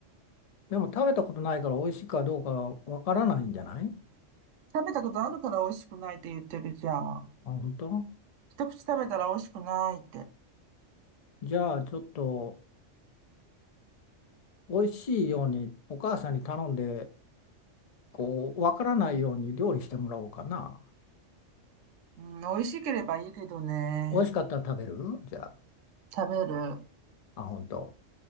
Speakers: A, on the left (about 65°); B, on the right (about 80°).
A: でも食べたことないから美味しいかどうかわからないんじゃない
B: 食べたことあるから美味しくないって言ってるじゃん。
A: あ、本当
B: 一口食べたら美味しくないって。
A: じゃあちょっと美味しいようにお母さんに頼んで、こう、わからないように料理してもらおうかな。
B: うん、美味しければいいけどね。
A: 美味しかったら食べるじゃあ、
B: 食べる。
A: あ、本当